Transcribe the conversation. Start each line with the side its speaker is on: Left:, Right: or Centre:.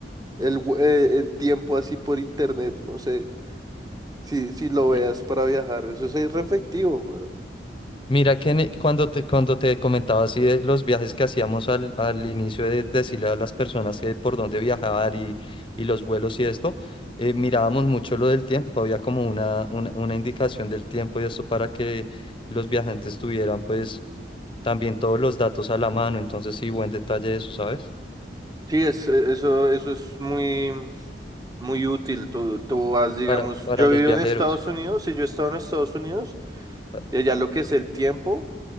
Right: el, we- eh, el tiempo así por internet, no sé, si, si lo
Left: Eh,
Right: veas para viajar, eso es re efectivo,
Left: Mira que en e- cuando te, cuando te comentaba así de los viajes que hacíamos al, al inicio de decirle a las personas que por dónde viajar y, y los vuelos y esto, eh, mirábamos mucho lo del tiempo, había como una, una, una indicación del tiempo y esto para que los viajantes tuvieran pues También todos los datos a la mano, entonces sí, buen detalle eso, ¿sabes?
Right: Sí, es, e, eso, eso es muy, muy útil. Tú, tú vas, digamos,
Left: Para, para
Right: yo
Left: los
Right: vivo
Left: viajeros.
Right: en Estados Unidos y yo he estado en Estados Unidos
Left: Pa-
Right: y allá lo que es el tiempo,